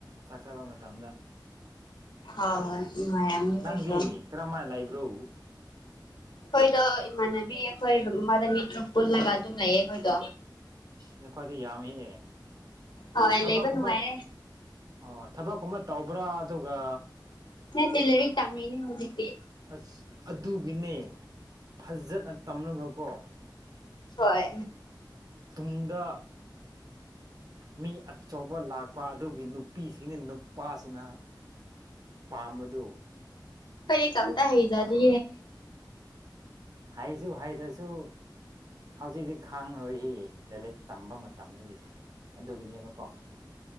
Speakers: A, on the right; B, on the left.
A: ꯆꯥꯛ ꯆꯥꯕ ꯃꯇꯝꯗ
B: ꯍꯣꯏ ꯍꯣꯏ ꯅꯨꯡꯉꯥꯏꯔꯝꯅꯤ
A: ꯅꯪꯗꯤ
B: ꯅꯣꯏꯁꯨ
A: ꯀꯔꯃꯥꯏꯂ ꯏꯕ꯭ꯔꯣ
B: ꯑꯩꯈꯣꯏꯗꯣ ꯏꯃꯥꯟꯅꯕꯤ ꯑꯩꯈꯣꯏ ꯑꯃꯗ ꯃꯤ ꯇꯔꯨꯛ ꯄꯨꯜꯂꯒ ꯑꯗꯨꯝ ꯂꯩꯌꯦ ꯑꯩꯈꯣꯏꯗꯣ
A: ꯅꯈꯣꯏꯋꯥꯗ ꯌꯥꯝ ꯍꯦꯛꯑꯦ
B: ꯍꯣꯏ
A: ꯊꯕꯛ
B: ꯂꯩꯕ
A: ꯈꯨꯨꯝꯕ
B: ꯅꯨꯡꯉꯥꯏꯔꯦ
A: ꯑꯣ ꯊꯕꯛꯀꯨꯝꯕ ꯇꯧꯕ꯭ꯔꯥ ꯑꯗꯨꯒ
B: ꯅ ꯇꯤꯜꯦꯜ ꯇꯃꯦꯅꯦ ꯍꯧꯖꯤꯛꯇꯦ
A: ꯑꯁ ꯑꯗꯨꯒꯤꯅꯦ ꯐꯖꯅ ꯇꯝꯂꯒꯀꯣ
B: ꯍꯣꯏ
A: ꯇꯨꯡꯗ ꯃꯤ ꯑꯆꯧꯕ ꯂꯥꯛꯄ ꯑꯗꯨꯒꯤ ꯅꯨꯄꯤꯁꯤꯅ ꯅꯨꯄꯥꯁꯤꯅ ꯄꯥꯝꯕꯗꯨ
B: ꯐꯦ ꯀꯝ ꯇ ꯍ ꯏꯖꯥꯗꯤ
A: ꯍꯩꯁꯨ ꯍꯩꯗ꯭ꯔꯁꯨ ꯍꯧꯖꯤꯛꯖꯤꯛ ꯈꯥꯡꯉꯣꯏꯁꯤ ꯂꯥꯏꯔꯤꯛ ꯇꯝꯕ ꯃꯇꯝꯗꯗꯤ ꯑꯗꯨꯒꯤꯅꯦꯕꯀꯣ